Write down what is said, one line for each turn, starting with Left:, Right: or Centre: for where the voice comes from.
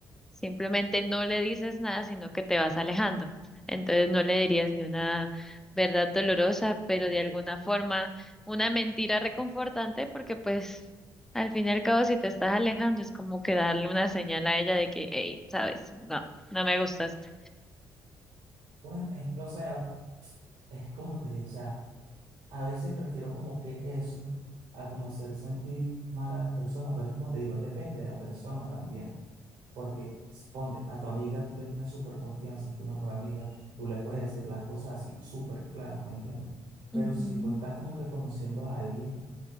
Centre: Simplemente no le dices nada, sino que te vas alejando. Entonces no le dirías ni una verdad dolorosa, pero de alguna forma una mentira reconfortante, porque pues al fin y al cabo si te estás alejando es como que darle una señal a ella de que, hey, sabes, no, no me gustaste.
Right: Bueno, es que, o sea, es como te digo, o sea, a veces prefiero como que eso a como hacer sentir mal a las personas, pero es como te digo, es depende de la persona también. Porque s- ponte, a tu amiga tú le tienes súper confianza, es tu mejor amiga, tú le puedes decir las cosas así súper claras, ¿me entiendes? Pero
Centre: Ujú.
Right: si tú estás como que conociendo a alguien,